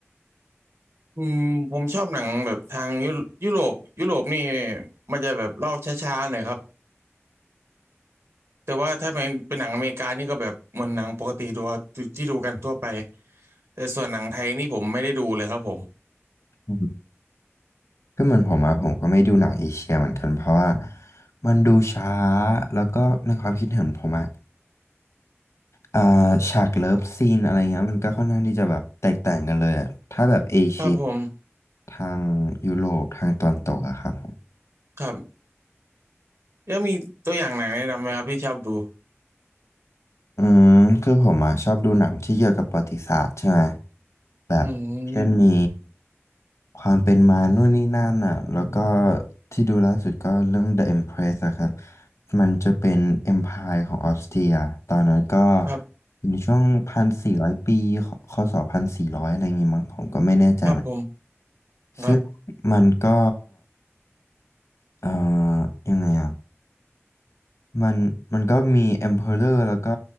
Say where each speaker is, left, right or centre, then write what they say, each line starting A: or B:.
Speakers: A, on the right (about 70°); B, on the left (about 85°).
A: อืมผมชอบหนังแบบทางยุยุโรปยุโรปนี่มันจะแบบเล่าช้าๆหน่อยครับแต่ว่าถ้าเป็นเป็นหนังอเมริกานี่ก็แบบเหมือนหนังปกติดูที่ดูกันทั่วไปแต่ส่วนหนังไทยนี่ผมไม่ได้ดูเลยครับผม
B: อืมก็เหมือนผมอะผมก็ไม่ดูหนังเอเชียเหมือนกันเพราะว่ามันดูช้าแล้วก็ในความคิดเห็นผมอะอ่าฉากเลิฟซีนอะไรเงี้ยมันก็ค่อนข้างที่จะแบบแตกต่างกันเลยอะถ้าแบบเอเชีย
A: ครับผม
B: ทางยุโรปทางตะวันตกอะครับ
A: ครับ แล้วมีตัวอย่างหนังแนะนำไหมครับที่ชอบดู
B: อืมคือผมอ่ะชอบดูหนังที่เกี่ยวกับประวัติศาสตร์ใช่ไหมแบบเช่นมี
A: อืม
B: ความเป็นมานู่นนี่นั่นอ่ะแล้วก็ที่ดูล่าสุดก็เรื่อง The Empress อะครับมันจะเป็น Empire ของออสเตรียตอนนั้นก็
A: ครับ
B: อยู่ในช่วงพันสี่ร้อยปีคศพันสี่ร้อยอะไรอย่างงี้มั้งผมก็ไม่แน่ใจเหมือนกัน
A: ครับผมครับ
B: ซึ่งมันก็เอ่อยังไงอ่ะ มันมันก็มี Emperor แล้วก็